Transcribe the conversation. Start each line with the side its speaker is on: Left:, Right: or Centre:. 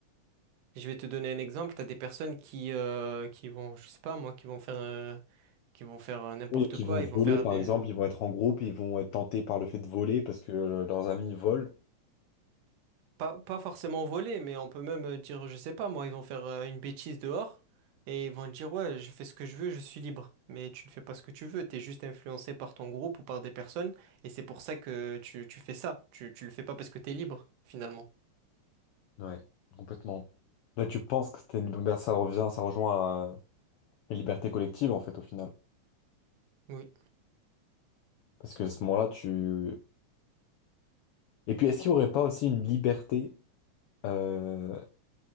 Right: Je vais te donner un exemple. T'as des personnes qui, euh, qui vont, je sais pas moi, qui vont faire, euh, qui vont faire euh, n'importe
Left: Oui, qui
Right: quoi.
Left: vont voler,
Right: Ils vont faire
Left: par
Right: des,
Left: exemple, ils vont être en groupe, ils vont être tentés par le fait de voler parce que euh, leurs amis volent.
Right: pas, pas forcément voler, mais on peut même euh, dire, je sais pas moi, ils vont faire euh, une bêtise dehors et ils vont te dire, ouais, je fais ce que je veux, je suis libre. Mais tu ne fais pas ce que tu veux. T'es juste influencé par ton groupe ou par des personnes et c'est pour ça que tu, tu fais ça. Tu, tu le fais pas parce que t'es libre finalement.
Left: Ouais, complètement. Là, tu penses que c'était une... ben, ça revient, ça rejoint à une liberté collective, en fait, au final.
Right: Oui.
Left: Parce que à ce moment-là, tu... Et puis, est-ce qu'il n'y aurait pas aussi une liberté... euh,